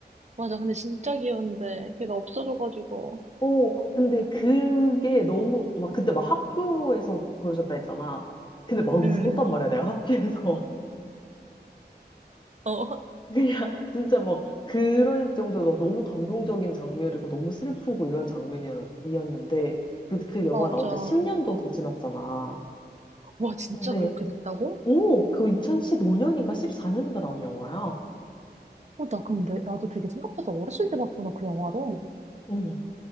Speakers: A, on the right; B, on the left.
A: 맞아, 근데 진짜 귀여운데, 걔가 없어져가지고.
B: 어, 근데 그게 너무, 막 그때 막 학교에서 보여줬다 했잖아. 근데 막 울었단
A: 응, 응.
B: 말이야, 내가 학교에서.
A: 어, <laughs>
B: 그냥 <laughs> 진짜 막 그럴 정도로 너무 감동적인 장면이고 너무 슬프고 이런 장면이었는데 그, 그 영화
A: 맞아.
B: 나온 지 10년도 더 지났잖아.
A: 와, 진짜
B: 근데
A: 그렇게 됐다고?
B: 오, 그 2015년인가 14년인가 나온 영화야.
A: 어, 나 그럼 내, 나도 되게 생각보다 어렸을 때 봤구나, 그 영화를.
B: 응.